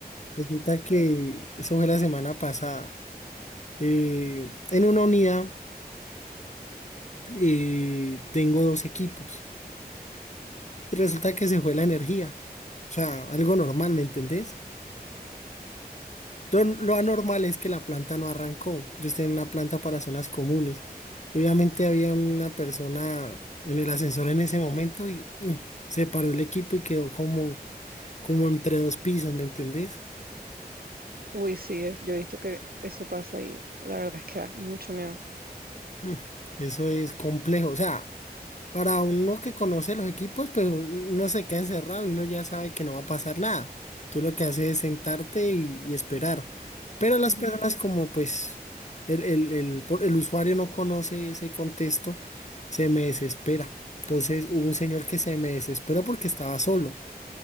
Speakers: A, on the left; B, on the right.
A: Resulta que eso fue la semana pasada. Eh, en una unidad eh, tengo dos equipos. Y resulta que se fue la energía. O sea, algo normal, ¿me entendés? Lo, lo anormal es que la planta no arrancó. Yo estoy en una planta para zonas comunes. Y obviamente había una persona en el ascensor en ese momento y mm, se paró el equipo y quedó como, como entre dos pisos, ¿me entendés?
B: Uy, sí, es- yo he visto que eso pasa y la verdad es que da mucho miedo.
A: Mm, Eso es complejo. O sea, para uno que conoce los equipos, pues uno se queda encerrado y uno ya sabe que no va a pasar nada. Tú lo que haces es sentarte y, y esperar. Pero las
B: Ujú,
A: personas como pues el, el, el, por- el usuario no conoce ese contexto, se me desespera. Entonces hubo un señor que se me desesperó porque estaba solo.